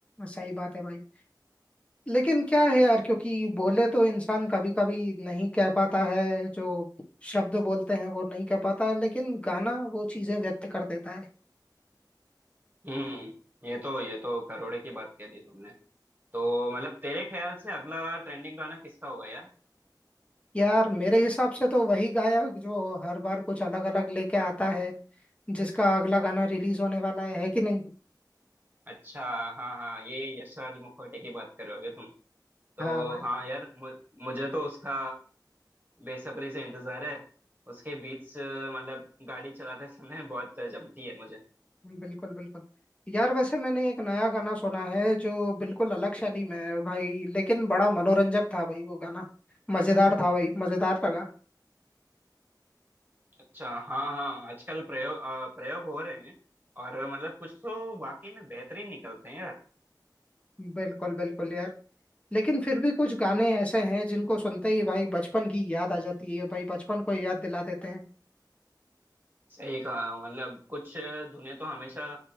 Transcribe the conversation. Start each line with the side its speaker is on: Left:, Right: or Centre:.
Left: सही बात है भाई लेकिन क्या है यार क्योंकि बोले तो इंसान कभी कभी नहीं कह पाता है जो शब्द बोलते हैं वो नहीं कह पाता है लेकिन गाना वो चीजें व्यक्त कर देता है
Right: हम्म ये तो ये तो करोड़े की बात कह दी तुमने तो मतलब तेरे ख्याल से अगला ट्रेंडिंग गाना किसका होगा यार
Left: यार मेरे हिसाब से तो वही गायक जो हर बार कुछ अलग अलग लेके आता है जिसका अगला गाना रिलीज होने वाला है, है कि नहीं
Right: अच्छा हाँ हाँ ये यशराज मुखोटे की बात करोगे तुम तो
Left: हाँ भाई
Right: हाँ यार मु, मुझे तो उसका बेसब्री से इंतजार है उसके बीच अ, मतलब गाड़ी चलाते <laughs> समय बहुत जमती है मुझे
Left: हम्म, बिल्कुल बिल्कुल यार वैसे मैंने एक नया गाना सुना है जो बिल्कुल अलग शैली में है भाई लेकिन बड़ा मनोरंजक था भाई वो गाना मजेदार था भाई मजेदार लगा
Right: अच्छा हाँ हाँ आजकल प्रयोग अ, प्रयोग हो रहे हैं और मतलब कुछ तो वाकई में बेहतरीन निकलते हैं यार
Left: बिल्कुल बिल्कुल यार लेकिन फिर भी कुछ गाने ऐसे हैं जिनको सुनते ही भाई बचपन की याद आ जाती है भाई बचपन को याद दिला देते हैं
Right: सही कहा मतलब कुछ धुनें तो हमेशा